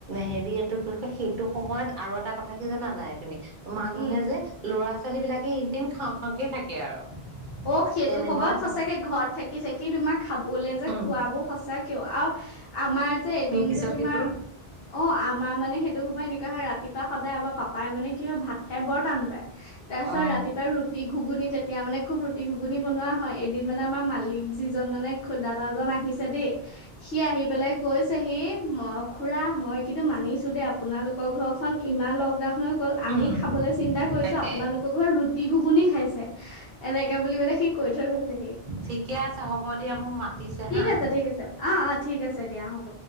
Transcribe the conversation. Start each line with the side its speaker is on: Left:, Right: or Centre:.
Right: হেৰি এইটো কি কয় সেইটো সময়ত আৰু এটা কথা কি জানা নাই তুমি মানুহে
Left: উম
Right: যে ল'ৰা লৰা ছোৱালী বিলাকে এনিটাইম খাওঁ খাওঁকে থাকে আৰু
Left: অ সেইটো
Right: তেনেকুৱাই
Left: সময়
Right: হ'ল
Left: সঁচাকে ঘৰত থাকি থাকি কি তোমাক খাবলে যে
Right: উম
Left: খোৱাবোৰ সচা কিয় আৰু আমাৰ যে
Right: ইটোৰ
Left: এদিন
Right: পিছত
Left: যে তোমাৰ
Right: সিটো
Left: অ আমাৰ মানে সেইটো সোবা এ কাহা ৰাতিপা সদায় আবাৰ পা পাই মানে কি হয় ভাত খাই বৰ টান পায় তাৰপািছত
Right: অ
Left: ৰাতিপুৱা ৰুটি ঘুগুন তেতিয়া মানে খুব ৰাতি ঘুগুনি বনোৱা হয় এদিন মানে আমাৰ মালিক যিজন মানে খুদ দাদাজন আহিছে দেই সি আহি পেলাই কৈছে সি ম খুৰা মই কিন্তু মানিছো দেই আপোনালোকৰ ঘৰখনন ইমান লকডাউন হৈ আমি
Right: উম
Left: খাবলৈ চিন্তা কৰিছো
Right: তাকে
Left: আপোনালোকৰ ঘৰত ৰু টিহু বুলি খাইছে এনেকে বুলি মান সি কৈ থৈ গৈছেহি
Right: ঠিকে আছে হ'ব দিয়া মোক মাতিছে
Left: ঠিক
Right: হা
Left: আছে ঠিক আছে অ অ ঠিক আছে দিয়া হ'ব